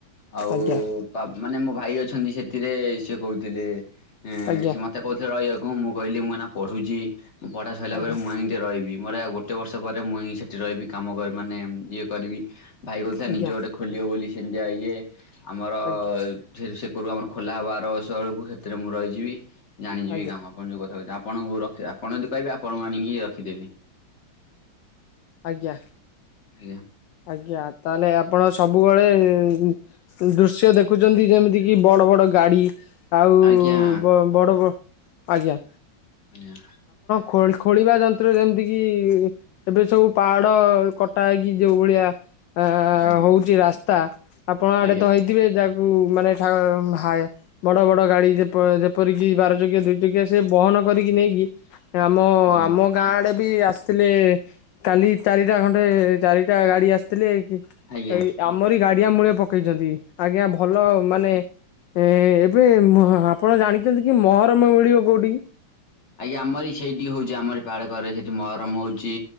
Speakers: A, on the left (about 35°); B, on the left (about 75°).
A: ଆଉ
B: ଆଜ୍ଞା
A: ମାନେ ମୋ ଭାଇ ଅଛନ୍ତି ସେଥିରେ ସେ କହୁଥିଲେ ହଁ
B: ଆଜ୍ଞା
A: ମତେ କହୁଥିଲେ ରହିବାକୁ, ମୁଁ କହିଲି ମୁଁ ଏଇନା ପଢୁଛି। ପଢ଼ା ସରିଲା
B: ଆଜ୍ଞା
A: ପରେ ମୁଁ ଯାଇଁ ସେଟି ରହିବି, ମୋର ଆଉ ଗୋଟ ବର୍ଷ ପରେ ମୁଁ ଯାଇଁ ସେଠି ରହିବି। କାମ କର ମାନେ ଇଏ କରିବି, ଭାଇ କହୁଥିଲା
B: ଆଜ୍ଞା
A: ନିଜେ ଗୋଟେ ଖୋଲିବ ବୋଲି ସେମିତିଆ ଇଏ ଆମର
B: ଆଜ୍ଞା
A: ସେ ସେ କର ଆମର ଖୋଲା ହବ ବାର ବର୍ଷ ବେଳକୁ, ସେଥିରେ ମୁଁ ରହିଯିବି। ଜାଣିଯିବି
B: ଆଜ୍ଞା ଆଜ୍ଞା
A: କାମ ଆପଣ କଣ ଯୋଉ କଥା କ ଆପଣଙ୍କୁ ରଖି ଆପଣ ଯଦି କହିବେ ଆପଣଙ୍କୁ ଆନିକି ରଖିଦେବି।
B: ଆଜ୍ଞା।
A: ଆଜ୍ଞା।
B: ଆଜ୍ଞା ତାହେଲେ ଆପଣ ସବୁବେଳେ ଉଁ ଦୃଶ୍ୟ ଦେଖୁ ଛନ୍ତି ଯେମିତିକି ବଡ଼ ବଡ଼ ଗାଡ଼ି ଆଉ
A: ଆଜ୍ଞା ଆଜ୍ଞା
B: ବଡ଼ ବ, ଆଜ୍ଞା।
A: ଆଜ୍ଞା।
B: ଖୋଳ ଖୋଳିବା ଯନ୍ତ୍ର ଯେମତିକି ଏବେ ସବୁ ପାହାଡ଼ କଟା ହେଇକି ଯୋଉ ଭଳିଆ ଆ
A: ଆଜ୍ଞା
B: ହଉଛି ରାସ୍ତା, ଆପଣ
A: ଆଜ୍ଞା
B: ଆଡେ ତ ହେଇଥିବେ ଯା କୁ ମାନେ ଠା ହାଏ ବଡ଼ ବଡ଼ ଗାଡ଼ି ଯେପ ଯେପରିକି ବାର ଚକିଆ ଦୁଇ ଚକିଆ ସେ ବହନ କରିକି ନେଇକି ଆମ
A: ଆଜ୍ଞା
B: ଆମ ଗାଁ ଆଡ଼େ ବି ଆସଥିଲେ କାଲି ଚାରିଟା ଖଣ୍ଡେ ଚାରିଟା ଗାଡି ଆସିଥିଲେ କି
A: ଆଜ୍ଞା
B: ଏଇ ଆମରି ଗାଡିଆ ମୂଳେ ପକେଇଚନ୍ତି। ଆଜ୍ଞା, ଭଲ ମାନେ ଏ ଏବେ ଉଁ ଆପଣ ଜାଣିଚନ୍ତି କି ମହରମ ମିଳିବ କୋଉଠି?
A: ଆଜ୍ଞା ଆମରି ସେଇଠି ହଉଚି ଆମରି ପାହାଡ କରେ ସେଠି ମହରମ ହଉଚି